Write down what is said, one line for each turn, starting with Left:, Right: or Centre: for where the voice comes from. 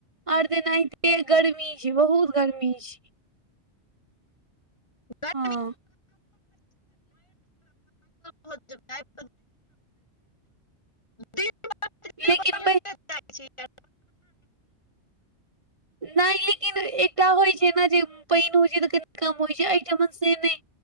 Right: आओर तनाते गर्मी बहुत गर्मी छै
Left: ओकर
Right: हँ
Left: हुत दिन दिन
Right: लेकिन
Left: बढ़ले जाइ छै यार
Right: नहि लेकिन एकटा होइत छै ने जे पानि होइत छै तऽ कनि कम होइत छै आइटमन से नहि